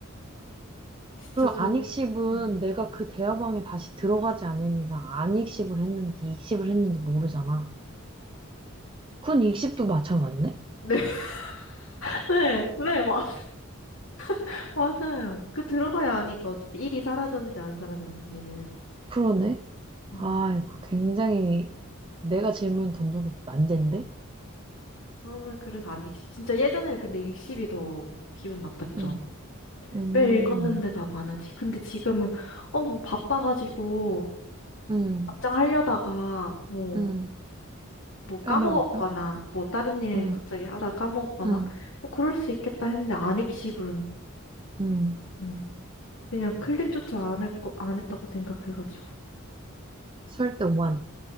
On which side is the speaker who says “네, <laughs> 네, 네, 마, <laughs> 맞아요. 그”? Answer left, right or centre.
Left